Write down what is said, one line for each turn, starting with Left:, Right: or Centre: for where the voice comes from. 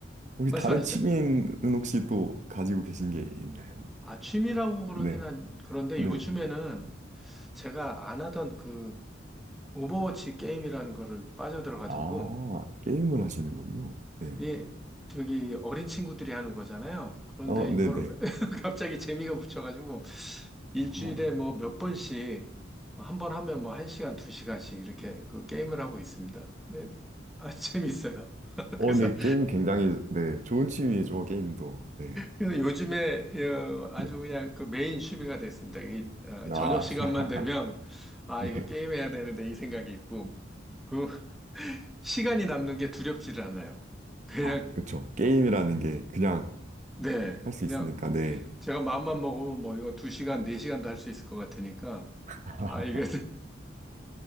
Right: 혹시
Centre: 말씀하시죠.
Right: 다른 취미는 혹시 또 가지고 계신 게 있나요?
Centre: 아, 취미라고 그러긴
Right: 네,
Centre: 한, 그런데
Right: 네.
Centre: 요즘에는 제가 안 하던 그 오버워치 게임이라는 거를 빠져들어가지고,
Right: 아, 게임을 하시는군요. 네.
Centre: 이, 저기 어린 친구들이 하는 거잖아요. 그런데
Right: 어, 네네.
Centre: 이걸 <laughs> 갑자기 재미가 붙여가지고, 일주일에
Right: 아, 어,
Centre: 뭐 몇 번씩, 한번 하면 뭐 한 시간, 두 시간씩 이렇게 그 게임을 하고 있습니다. 네, 아, 재밌어요. <laughs>
Right: 어,
Centre: 그래서
Right: 네, 게임 굉장히, 네, 좋은 취미죠, 게임도. 네,
Centre: 그래서 요즘에 어, 아주
Right: 네.
Centre: 그냥 그 메인 취미가 됐습니다. 이, 어, 저녁
Right: 아,
Centre: 시간만
Right: <laughs>
Centre: 되면 아
Right: 네.
Centre: 이거 게임해야 되는데 이 생각이 있고 그 <laughs> 시간이 남는 게 두렵지를 않아요. 그냥
Right: 아, 그쵸. 게임이라는 게 그냥
Centre: 네
Right: 할 수
Centre: 그냥
Right: 있으니까, 네.
Centre: 제가 마음만 먹으면 뭐 이거 두 시간 네 시간도 할 수 있을 것 같으니까
Right: <laughs>
Centre: 아 이거